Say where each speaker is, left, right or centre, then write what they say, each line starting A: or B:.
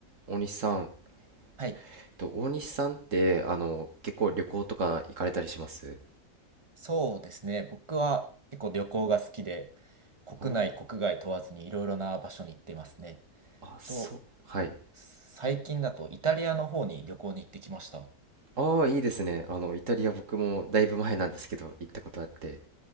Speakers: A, on the right; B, on the right.
A: 大西さん、
B: はい。
A: えっと大西さんってあの結構旅行とか行かれたりします
B: そうですね。僕は結構旅行が好きで、国内、
A: あー
B: 国外問わずにいろいろな場所に行ってますね。
A: あ、そう、
B: と、
A: はい。
B: 最近だとイタリアの方に旅行に行ってきました。は
A: ああ、いいですね。あのイタリア僕もだいぶ前なんですけど行ったことあって、